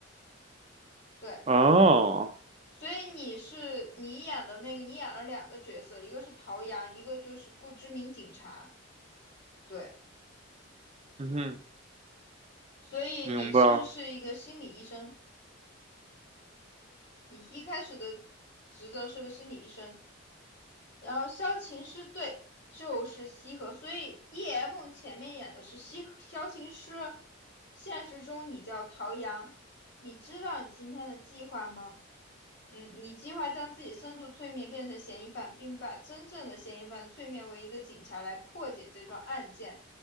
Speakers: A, on the left; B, on the right.
A: 对，
B: 哦，
A: 所以你是你演的那个，你演了两个角色，一个是陶阳，一个就是不知名警察。对，
B: 嗯哼，
A: 所以你其实是一个心理医生，
B: 明白了
A: 你一开始的职责是个心理医生。然后萧晴是对，就是西河，所以 DM 前面演的是西萧晴师，现实中你叫陶阳，你知道你今天的计划吗？嗯，你计划将自己深度催眠变成嫌疑犯，并把真正的嫌疑犯催眠为一个警察来破解这桩案件。